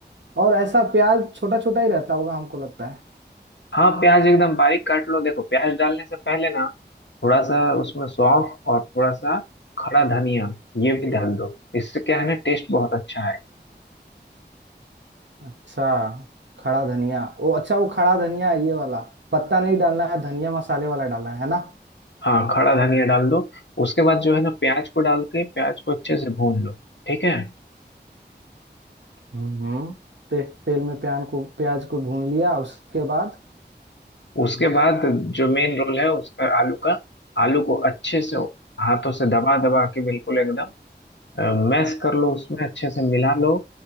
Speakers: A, on the right (about 85°); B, on the left (about 75°).
A: और ऐसा प्याज छोटा छोटा ही रहता होगा हमको लगता है
B: हाँ प्याज एकदम बारीक काट लो देखो प्याज डालने से पहले ना थोड़ा सा उसमें सौंफ और थोड़ा सा खड़ा धनिया ये भी डाल दो इससे क्या है ना टेस्ट बहुत अच्छा है
A: अच्छा खड़ा धनिया ओ अच्छा वो खड़ा धनिया है ये वाला पत्ता नहीं डालना है धनिया मसाले वाला डालना है है ना
B: हाँ खड़ा धनिया डाल दो उसके बाद जो है ना प्याज को डाल के प्याज को अच्छे से भून लो ठीक है
A: हम्म हम्म, ते, तेल में प्यान को प्याज को भून लिया उसके बाद
B: उसके बाद जो मेन रोल है उसका आलू का आलू को अच्छे से हाथों से दबा दबा के बिल्कुल एकदम मैश कर लो उसमें अच्छे से मिला लो